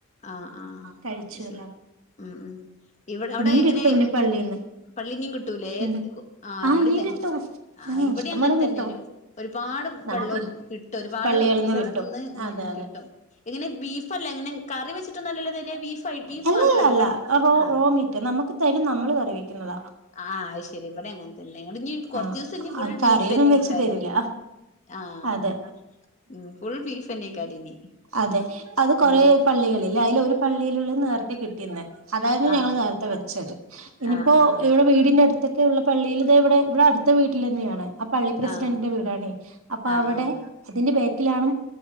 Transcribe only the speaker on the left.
ആഹ ആഹ അത്
ശരി
ഉം ഇവിടെ അവിടെങ്ങനേ
പള്ളിനും കിട്ടൂലേ
ആഹ
<unintelligible>
ഇവിടയും
അങ്ങനെ
തന്നെ ഒരുപാട്
പള്ളീന്നു കിട്ടും ഒരുപാട്
സ്ഥലത്തുന്നും
കിട്ടും എങ്ങെനെ ബീഫല്ലേ അങ്ങനെ കറി വെച്ചിട്ടല്ലല്ലോ തര ബീഫ് ആയി ബീഫ്
മാത്രല്ലേ പ
ആഹ്
ആഹ അത് ശരി ഇവിടെയും അങ്ങനെ തന്നെ ഇനി കുറച്ചു
ദിവസം ഫുള്ള്
ബീഫ് തന്നെയാകാരം
ആഹ്
ഉം ഫുൾ ബീഫ്ന്നെക്കാരം ഇനി
ഉം
ആഹ്
ആഹ് ആഹ് ആഹ്
ആഹ്
ആഹ്
ആഹ്